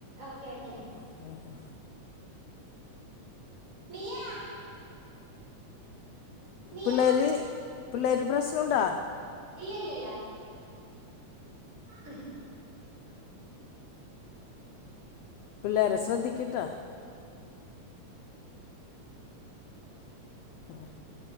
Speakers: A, on the right (about 25°); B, on the left (about 75°).
A: ഓക്കെ ഓക്കെ
B: ഉം.. ഉം.. ഉ
A: മിയാ മിയ
B: പിള്ളാര് പിള്ളാര് പ്രശ്നമുണ്ടോ
A: ഇല്ലല്ലല്ല ഉം
B: പിള്ളേരെ ശ്രദ്ധിക്ക്ട്ടാ ഉം